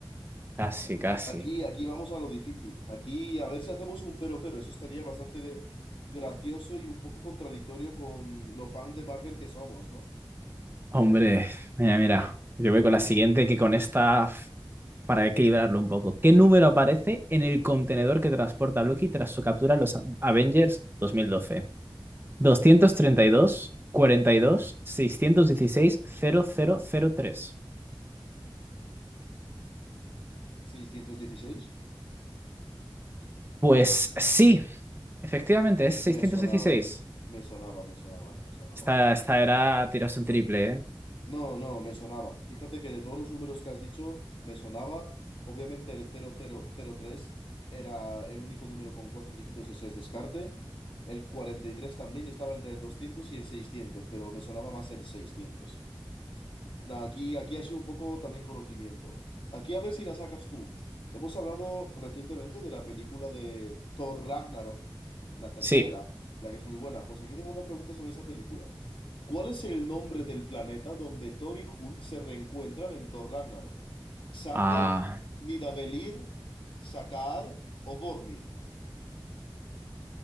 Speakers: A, on the right; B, on the left.
A: Casi, casi.
B: Aquí, aquí vamos a lo difícil. Aquí a ver si hacemos un cero cero. Eso estaría bastante de- gracioso y un poco contradictorio con lo fan de Marvel que somos, ¿no?
A: Hombre, mira, mira. Yo voy con la siguiente que con esta, uf, para equilibrarlo un poco. ¿Qué número aparece en el contenedor que transporta Loki tras su captura en los A- Avengers dos mil doce? doscientos treinta y dos, cuarenta y dos, seiscientos dieciséis, cero cero cero tres.
B: Seiscientos dieciséis,
A: Pues sí, Efectivamente, es seiscientos
B: Me sonaba,
A: dieciséis
B: me sonaba, me sonaba, me sonaba.
A: Esta, esta era tiraste un triple, ¿eh?
B: No, no, me sonaba. Fíjate que de todos los números que has dicho, me sonaba. Obviamente el cero cero cero tres era el único número con cuatro dígitos, ese es descarte. El 43 también y estaba entre el 200 y el 600, pero me sonaba más el 600. Nah, aquí, aquí ha sido un poco también conocimiento. Aquí a ver si la sacas tú. Hemos hablado recientemente de la película de Thor Ragnarok, la tercera,
A: Sí.
B: la que es muy buena. Pues aquí te va una pregunta sobre esa película. ¿Cuál es el nombre del planeta donde Thor y Hulk se reencuentran en Thor Ragnarok? ¿Xandar,
A: Ah,
B: Nidavellir, Sakaar o Vormir?